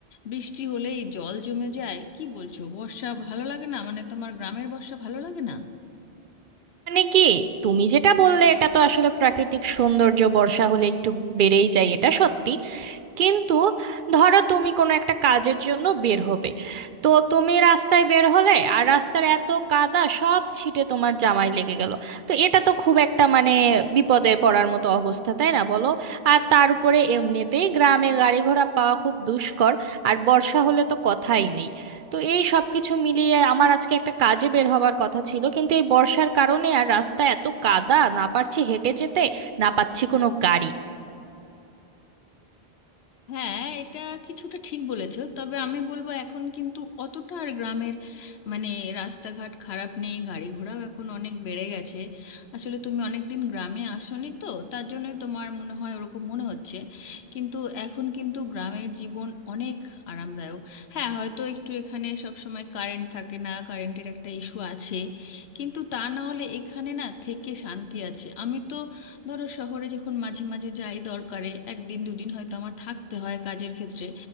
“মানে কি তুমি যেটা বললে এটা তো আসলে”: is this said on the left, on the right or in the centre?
Right